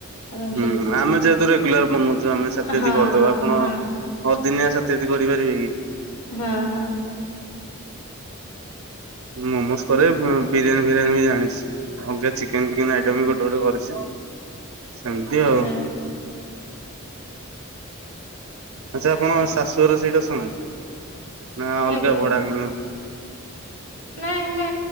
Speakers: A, on the left; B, on the right.
A: ଆରାମସେ
B: ହୁଁ,
A: ହେଇଯିବ।
B: ଆମେ ଯେହେତୁ ରେଗୁଲାର ବନଉଛୁ ଆମେ ସାଥି
A: ହଁ
B: ଆଦି କରିଦେବା,
A: ହଁ
B: ଆପଣ
A: ହଁ
B: ଅଦିନିଆ ସା ଇତ୍ୟାଦି କରିପାରିବେ କି?
A: ହଁ।
B: ମୁଁ ମମୋସ୍ କରେ। ବିରିୟାନୀ ଫିରିୟାନୀ ବି ଜାଣିଛି। ଅଙ୍ଗାଚି କେନ୍ ଫିକେନ୍ ଆଇଟମ୍
A: ଆଚ୍ଛା
B: ବି ଗୋଟେ ଗୋଟେ କରିଛି। ସେମିତି ଆଉ।
A: ଆଚ୍ଛା
B: ଆଚ୍ଛା, ଆପଣ ଶାଶୁହର
A: ଆ-
B: ସେଇଟି ଅସନ୍ତି। ନା ଅଲଗା
A: ଆଜ୍ଞା।
B: ଭଡ଼ା <unintelligible>
A: ନାଇଁ ଆମେ